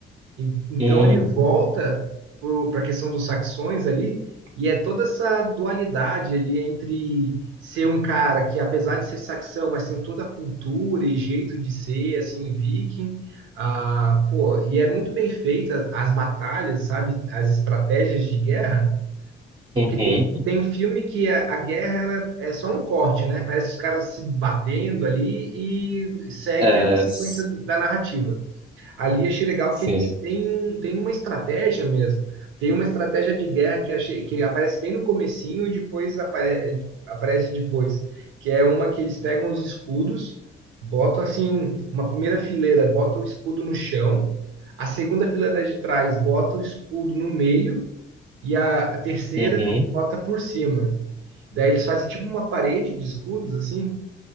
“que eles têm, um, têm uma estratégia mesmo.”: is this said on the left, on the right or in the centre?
Right